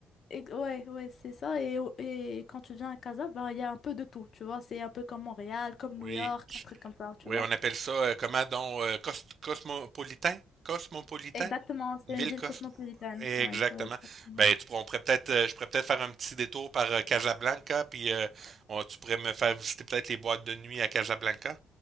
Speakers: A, on the left (about 55°); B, on the right (about 50°).
A: et- ouais, ouais, c'est ça. Et, au- et quand tu viens à Casa, bah, il y a un peu de tout, tu vois. C'est un peu comme Montréal, comme
B: Oui.
A: New York, un truc comme ça, tu
B: Oui,
A: vois.
B: on appelle ça, euh, comment donc, euh, cos- cosmopolitain? Cosmopolitain?
A: Exactement, c'est
B: Une ville
A: une ville
B: cosmo.
A: cosmopolitaine.
B: Exactement.
A: Ouais, ouais, exactement.
B: Ben, tu pourrais- on pourrait peut-être, euh, je pourrais peut-être faire un petit détour par euh, Casablanca, puis euh, on- tu pourrais me faire visiter peut-être les boîtes de nuit à Casablanca.